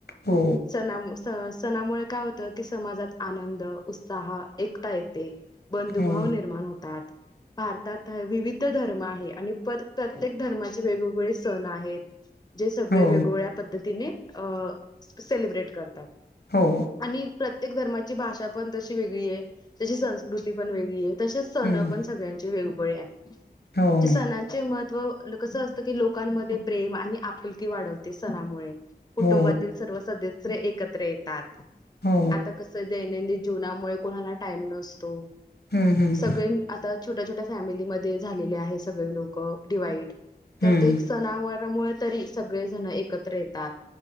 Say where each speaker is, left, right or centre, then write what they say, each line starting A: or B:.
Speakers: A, on the left; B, on the left.
A: हो
B: सणामु सं सणामुळे काय होतं की समाजात आनंद, उत्साह एकता येते. बंधुभाव
A: हो
B: निर्माण होतात. भारतात विविध धर्म आहे आणि पर प्रत्येक धर्माचे वेगवेगळे सण आहेत. जे सगळे
A: हो
B: वेगवेगळ्या पद्धतीने अ सेलिब्रेट करतात.
A: हो.
B: आणि प्रत्येक धर्माची भाषा पण तशी वेगळी ये तशी संस्कृती पण वेगळी ये. तसेच सण
A: हम्म
B: पण सगळ्यांचे वेगवेळी आहे,
A: हो
B: ते सणांचे महत्त्व. कसं असतं की, लोकांमध्ये प्रेम आणि आपुलकी वाढवते सणामुळे. कुटुंबातील
A: हो
B: सर्व सदस्य एकत्र येतात
A: हो
B: आता कस दैनंदि जीवनामुळे कोणाला टाईम नसतो
A: हम्म हम्म
B: सगळे न आता. छोट्या छोट्या फॅमिलीमध्ये झालेले आहे, सगळे लोक डिवाइड. प्रत्येक
A: हम्म
B: सनावररामुळे तरी सगळेजण एकत्र येतात.